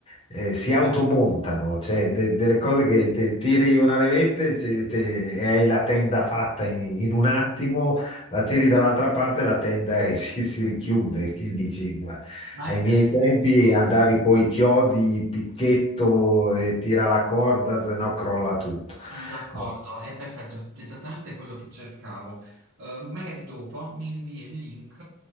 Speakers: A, on the left; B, on the right.
A: eh, si automontano, cioè de- delle cose che te tiri una levetta e se- te- e hai la tenda fatta in, in un attimo, la tiri dall'altra parte, la tenda e <laughs> si, si richiude. Che dici?
B: Ma
A: Ai
B: è perfetto,
A: miei tempi andavi coi chiodi, picchetto e tira la corda, se no crolla tutto.
B: sono d'accordo,
A: Ah,
B: è perfetto, è esattamente quello che cercavo. Eh, magari dopo mi invii il link,